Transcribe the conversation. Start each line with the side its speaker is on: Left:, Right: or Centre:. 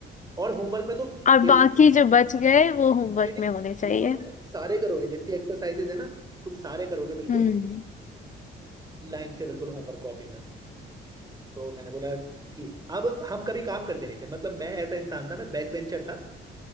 Right: और होमवर्क में तुम
Left: और
Right: एक
Left: बाकी जो बच गए वो होमवर्क
Right: एक- एक-
Left: में होने चाहिए
Right: एक to Z सारे करोगे जितनी एक्सरसाइजेज है ना तुम सारे करोगे बिल्कुल
Left: हम्म
Right: लाइन से बिल्कुल होमवर्क कॉपी में तो मैंने बोला ठीक अब हम कभी काम करते नहीं थे मतलब मैं ऐसा इंसान था मैं बैक बेंचर था